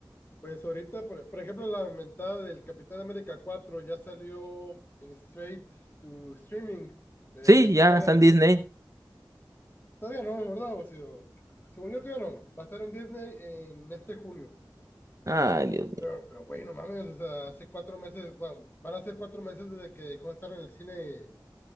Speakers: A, on the left; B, on the right.
A: Pues ahorita, por, por ejemplo, la inventada del Capitán América 4 ya salió en straight to streaming eh,
B: Sí,
A: a 20
B: ya
A: dólares.
B: están en Disney.
A: Todavía no, ¿verdad, Basilio? Según yo, todavía no. Va a estar en Disney en este junio.
B: Ay, Dios mío.
A: Pero, pero güey, no mames, o sea, hace cuatro meses, bueno, van a ser cuatro meses desde que dejó de estar en el cine